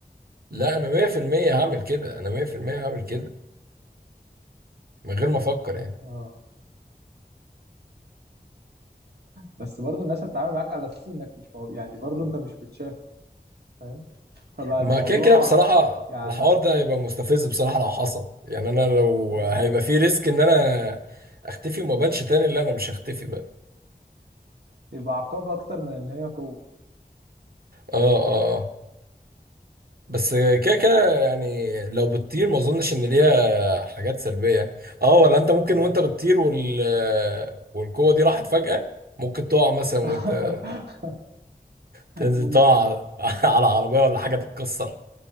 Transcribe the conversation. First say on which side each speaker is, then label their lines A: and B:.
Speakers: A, on the right; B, on the right.
A: لا انا 100% هعمل كده انا 100% هعمل كده من غير ما افكر يعني
B: اه بس برضه الناس هتتعامل معاك على اساس انك مش مو... يعني برضه انت مش متشاف فاهم فبقى
A: ما
B: الموضوع
A: كده كده بصراحه
B: يعني
A: الحوار ده هيبقى مستفز بصراحه لو حصل يعني انا لو
B: آه
A: هيبقى في ريسك ان انا اختفي وما بانش تاني اللي انا مش هختفي بقى
B: يبقى عقاب اكتر من ان هي قوه
A: اه اه آه. بس كده كده يعني لو بتطير ما اظنش ان ليها حاجات سلبية اه ولا انت ممكن
B: آه.
A: وانت بتطير وال والقوة دي راحت فجأة ممكن تقع مثلا وانت
B: <laughs>
A: تنزل
B: ممكن
A: تقع على <laughs> على عربية ولا حاجة تتكسر